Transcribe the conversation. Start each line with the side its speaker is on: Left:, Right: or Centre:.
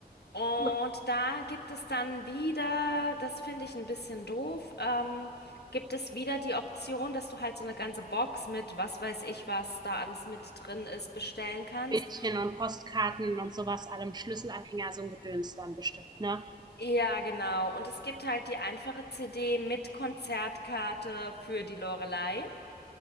Left: Und
Right: gut.
Left: da gibt es dann wieder, das finde ich ein bisschen doof, ähm, gibt es wieder die Option, dass du halt so eine ganze Box mit was weiß ich was da alles mit drin ist bestellen kannst.
Right: Bildchen und Postkarten und sowas, allem Schlüsselanhänger, so ein Gedöns dann bestimmt, ne?
Left: Ja, genau. Und es gibt halt die einfache CD mit Konzertkarte für die Loreley.